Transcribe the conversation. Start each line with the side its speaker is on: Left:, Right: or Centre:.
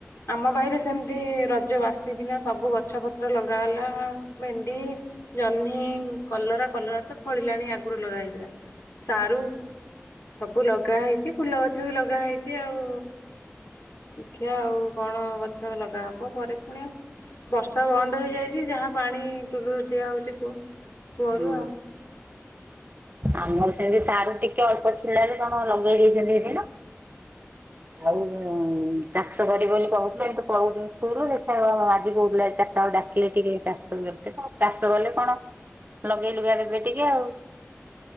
Left: ଆମ ବାଇରେ ସେମିତି ରଜ ବାସି ଦିନ ସବୁ ଗଛ ପତ୍ର ଲଗା ହେଲା ଭେଣ୍ଡି ଜହ୍ନି, କଲରା, କଲରା ତ ଫଳିଲାଣି ଆଗରୁ ଲଗା ହେଇଥିଲା। ସାରୁ ସବୁ ଲଗା ହେଇଛି ଫୁଲ ଗଛ ବି ଲଗା ହେଇଛି ଆଉ। ଦେଖିଆ ଆଉ କଣ ଗଛ ଲଗାହବ ପରେ ପୁଣି ଆଉ। ବର୍ଷା ବନ୍ଦ ହେଇଯାଇଛି ଯାହା ପାଣି ଟୁଲୁ ରୁ ଦିଆହଉଛି କୂଅ କୂଅରୁ
Right: ହୁଁ
Left: ଆଉ। <inaudible>
Right: ଆମର ସେମିତି ସାରୁ ଟିକେ ଅଳ୍ପ ଥିଲା କଣ ଲଗେଇ ଦେଇଛନ୍ତି ସେଦିନ। ଆଉ ଚାଷ କରିବେ ବୋଲି କହୁଥିଲେ ଇଏ ତ ପଳଉଛନ୍ତି ସ୍କୁଲ୍ ଦେଖିଆ ଆଜି କହୁଥିଲେ ଚା ତାକୁ ଡ଼ାକିଲେ ଟିକେ ଚାଷ କରିଦେବେ ଚାଷ କଲେ କଣ ଲଗେଇ ଲୁଗା ଦେବେ ଟିକେ ଆଉ।